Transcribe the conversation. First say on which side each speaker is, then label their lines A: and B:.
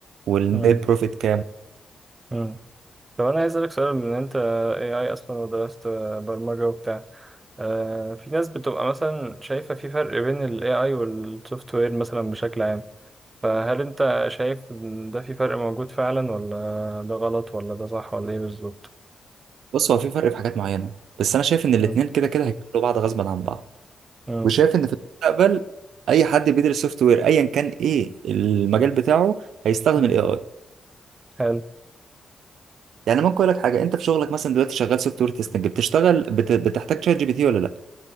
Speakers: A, on the right; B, on the right.
A: والنت
B: مم.
A: بروفيت كام
B: مم. طب أنا عايز أسألك سؤال من أنت AI أصلا ودرست برمجة وبتاع آه، في ناس بتبقى مثلا شايفة في فرق بين ال AI وال software مثلا بشكل عام فهل أنت شايف إن ده في فرق موجود فعلا ولا ده غلط ولا ده صح ولا إيه بالظبط؟
A: بص هو في فرق في حاجات معينه بس انا شايف ان الاثنين
B: مم.
A: كده كده هيكملوا بعض غصبا عن بعض
B: مم.
A: وشايف ان في المستقبل اي حد بيدرس سوفت وير ايا كان ايه المجال بتاعه هيستخدم
B: مم.
A: الاي اي
B: حلو
A: يعني ممكن اقول لك حاجه انت في شغلك مثلا دلوقتي شغال سوفت وير تيستنج بتشتغل بت... بتحتاج شات جي بي تي ولا لا